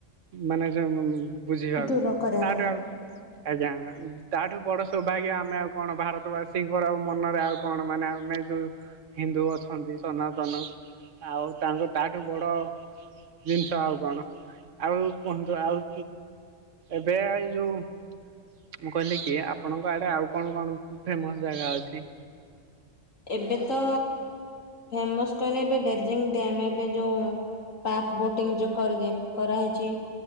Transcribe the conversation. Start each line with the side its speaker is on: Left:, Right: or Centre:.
Right: ମାନେ ଯ ମମ ବୁଝିବାକୁ
Left: ଦୂର କରିବା
Right: ତାଠୁ
Left: ପାଇଁ।
Right: ଆଉ ଆଜ୍ଞା ତାଠୁ ବଡ ସୌଭାଗ୍ୟ ଆମେ ଆଉ କଣ ଭାରତବାସୀଙ୍କର ଆ ମନରେ ଆଉ କଣ ମାନେ ଆମେ ଯୋଉ ହିନ୍ଦୁ ଅଛନ୍ତି ସନାତନ ଆଉ ତାଙ୍କ ତାଠୁ ବଡ ଜିନିଷ ଆଉ କଣ ଆଉ କୁହନ୍ତୁ ଆଉ ଏବେ ଏଇ ଯୋଉ ମୁଁ କହିଲି କି ଆପଣଙ୍କ ଆଡେ ଆଉ କଣ କଣ ଫେମସ ଜାଗା ଅଛି?
Left: ଏବେ ତ ଫେମସ କହିଲେ ଏବେ ଡ଼ାରଜିଂ ଡ୍ୟାମ ଏବେ ଯୋଉ ପାର୍କ ବୋଟିଂ ଯୋଉ କରିଦ କରାହେଇଛି